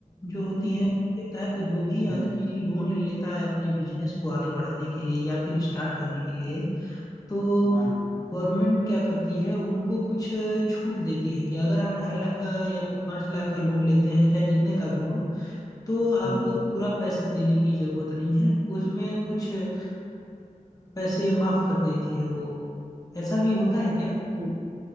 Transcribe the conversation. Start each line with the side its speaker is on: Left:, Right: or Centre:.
Left: जो होती है उसके तहत जो भी
Right: हम्म,
Left: आदमी लोन ले लेता है अपने बिजनेस को आगे बढ़ाने के लिए या फिर स्टार्ट करने के लिए तो
Right: हाँ
Left: गवर्नमेंट क्या करती है उनको कुछ छूट देती है कि अगर आप ढाई लाख का या फिर पाँच लाख का लोन लेते हैं चाहे जितने का भी हो तो आपको
Right: हम्म
Left: पूरा पैसा देने की जरूरत नहीं है उसमें कुछ अ, पैसे माफ कर देती है वो ऐसा भी होता है क्या
Right: न-